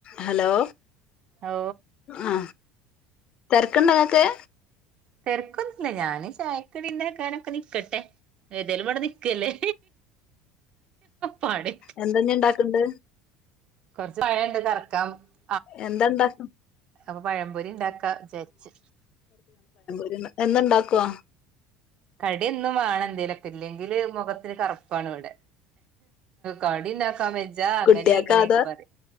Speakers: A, on the left; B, on the right.
A: Hello
B: ഓ
A: ആ തെരക്കിണ്ടൊ ഇങ്ങക്ക്
B: തെര്ക്കൊന്നുല്ല ഞാന് ചായക്കടി ഇണ്ടാക്കാനെക്കെ നിക്കട്ടെ ഏതെലും ഇവ ക്കല്ലെ പണി
A: എന്താഞ്ഞി ഇണ്ടാക്കണ്ട്
B: കൊർച്ച് പയണ്ട് <unintelligible>
A: എന്താണ്ടാ
B: അപ്പൊ പയം ഉപരി ഉണ്ടാക്ക വിചാരിച്ച്
A: ന്ന് എന്നുണ്ടാക്കുവ
B: കടിയൊന്നും വേണം എന്തേലുക്കെ ഇല്ലെങ്കില് മുഖത്തിന് കറുപ്പാണ് ഇവിടെ കടി ഉണ്ടാക്കാൻ വെച്ചാ
A: കുട്ടിയക്കാത്
B: അങ്ങനെ ഇങ്ങനെയൊക്കെ പറയും